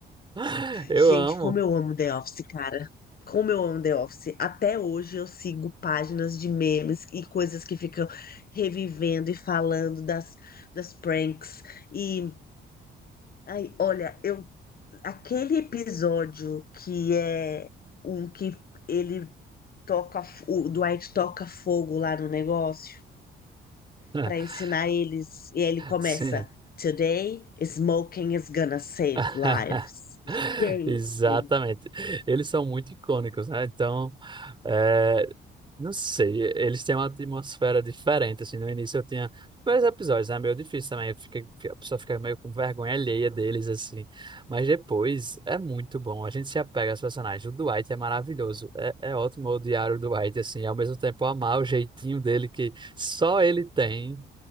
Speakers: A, on the right; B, on the left.
A: <laughs> Eu
B: Gente,
A: amo.
B: como eu amo The Office, cara. Como eu amo The Office. Até hoje eu sigo páginas de memes e coisas que ficam revivendo e falando das, das pranks. E, ai, olha, eu, aquele episódio que é um que ele toca, f- o Dwight toca fogo lá no negócio
A: <laughs>
B: para ensinar eles. E aí ele começa:
A: Sim.
B: Today, smoking is gonna save
A: <laughs>
B: lives. Gente.
A: Exatamente. Eles são muito icônicos, né? Então, é, não sei, eles têm uma atmosfera diferente, assim, no início eu tinha vários episódios, né? Meio difícil também, eu fiquei- a pessoa fica meio com vergonha alheia deles, assim, mas depois é muito bom, a gente se apega aos personagens, o Dwight é maravilhoso, é, é ótimo odiar o Dwight, assim, e ao mesmo tempo amar o jeitinho dele que só ele tem,